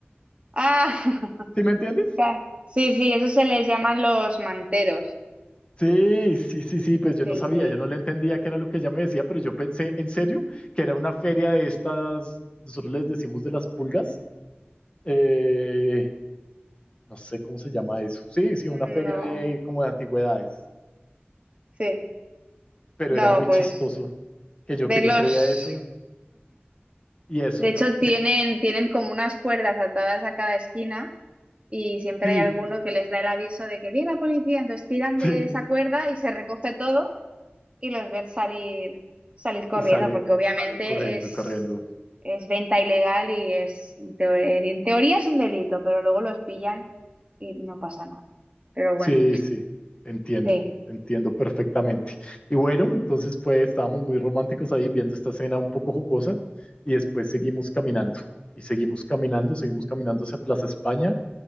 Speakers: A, on the right; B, on the left.
A: ah, <laughs>
B: ¿Sí me entiendes?
A: ca- sí, sí, eso se les llaman los manteros.
B: Sí, sí, sí, sí, pues yo
A: Sí,
B: no sabía,
A: sí.
B: yo no le entendía qué era lo que ella me decía, pero yo pensé en serio que era una feria de estas, nosotros les decimos de las pulgas, eh, no sé cómo se llama eso. Sí, sí, una
A: No,
B: feria de como de antigüedades,
A: sí.
B: pero
A: No,
B: era muy
A: pues
B: chistoso que yo
A: verlos.
B: que yo creía eso y eso.
A: De hecho, tienen,
B: Y ahí
A: tienen como unas cuerdas atadas a cada esquina. y siempre
B: sí,
A: hay alguno que les da el aviso de que viene la policía, entonces tiran
B: sí,
A: de esa cuerda y se recoge todo y los ves salir, salir corriendo,
B: y sale,
A: porque obviamente
B: sale corriendo,
A: es,
B: corriendo.
A: es venta ilegal y es, en teoría, en teoría es un delito, pero luego los pillan y no pasa nada. Pero bueno,
B: Sí, sí, entiendo,
A: sí,
B: entiendo perfectamente. Y bueno, entonces pues estábamos muy románticos ahí viendo esta escena un poco jocosa y después seguimos caminando y seguimos caminando, seguimos caminando hacia Plaza España